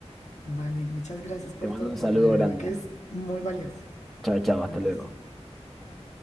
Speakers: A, on the left (about 80°); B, in the centre.
A: Vale, muchas gracias por
B: Te mando
A: tu apoyo.
B: un saludo
A: De verdad
B: grande.
A: que es muy valioso.
B: Chao, chao,
A: Un
B: hasta
A: abrazo.
B: luego.
A: Chao.